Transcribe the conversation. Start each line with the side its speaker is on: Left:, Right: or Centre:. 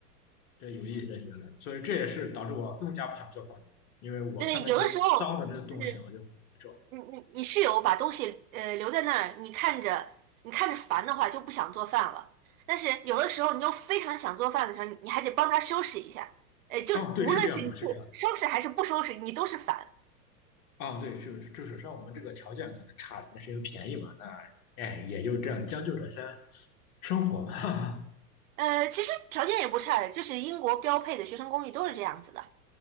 Left: 这有意思学的，所以这也是导致我更加不想做饭的原因，因为我看到一些脏的这个东西，
Right: 对，有的时候。就是。
Left: 我就很难受。
Right: 你你你室友把东西呃留在那儿，你看着你看着烦的话就不想做饭了。但是有的时候你又非常想做饭的时候，你你还得帮他收拾一下。呃，就无论是你去收拾还是不收拾，
Left: 哦，对，是这样的，是这样的。
Right: 你都是烦。
Left: 哦，对，就是就是像我们这个条件可能差，那是因为便宜嘛，那哎也就这样将就着先生活嘛。<laughs>
Right: 呃，其实条件也不差，的，就是英国标配的学生公寓都是这样子的，